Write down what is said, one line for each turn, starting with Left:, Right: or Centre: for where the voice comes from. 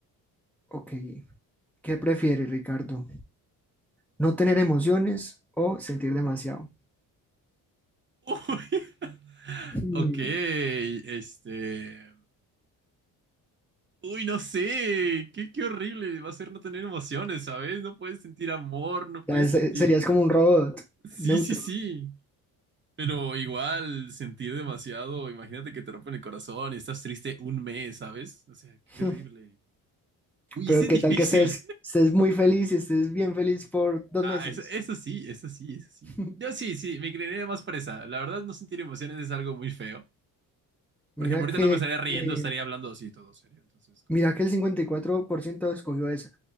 Centre: ok. ¿Qué prefiere, Ricardo? ¿No tener emociones o sentir demasiado?
Right: Uy. <laughs>
Centre: Hmm,
Right: Ok, este. Uy, no sé. Qué, qué horrible va a ser no tener emociones, ¿sabes? No puedes sentir amor, no puedes
Centre: ya se-
Right: sentir.
Centre: Serías como un robot
Right: Sí,
Centre: neutro.
Right: sí, sí. Pero igual, sentir demasiado. Imagínate que te rompen el corazón y estás triste un mes, ¿sabes? O sea, qué
Centre: <laughs>
Right: horrible. Uy,
Centre: Pero
Right: ese es
Centre: qué
Right: difícil.
Centre: tal que estés, estés muy feliz y estés bien feliz por dos
Right: Ah,
Centre: meses.
Right: eso, eso sí, eso sí, eso sí.
Centre: <laughs>
Right: Yo sí, sí, me creería más presa. La verdad, no sentir emociones es algo muy feo. Por
Centre: Mira
Right: ejemplo, ahorita
Centre: que,
Right: no me estaría riendo,
Centre: eh,
Right: estaría hablando así todo serio. Entonces, ¿cómo
Centre: mira
Right: para
Centre: que
Right: qué?
Centre: el 54% escogió esa.